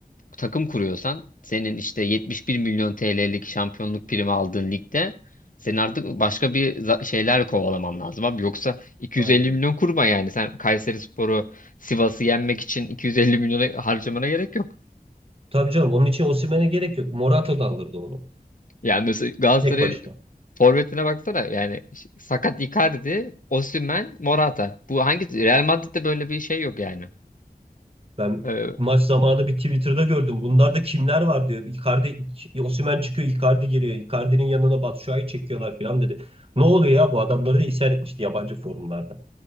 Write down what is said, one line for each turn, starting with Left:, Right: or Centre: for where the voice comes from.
Left: takım kuruyorsan senin işte 71 milyon TL'lik şampiyonluk primi aldığın ligde senin artık başka bir za- şeyler kovalaman lazım abi. Yoksa 250
Right: Aynen öyle.
Left: milyon kurma yani. Sen Kayserispor'u, Sivas'ı yenmek için 250 milyona harcamana gerek yok.
Right: Tabii canım onun için Osimhen'e gerek yok. Morata da alırdı onu.
Left: Yani mesela Galatasaray
Right: Tek başına.
Left: forvetine baksana. Yani ş- sakat Icardi, Osimhen, Morata. Bu hangi Real Madrid'de böyle bir şey yok yani.
Right: Ben
Left: Ee,
Right: maç zamanı bir Twitter'da gördüm. Bunlar da kimler var diyor. Icardi, Osimhen çıkıyor, Icardi giriyor. Icardi'nin yanına Batshuayi çekiyorlar falan dedi. Ne oluyor ya bu adamları da isyan etmişti yabancı forumlarda.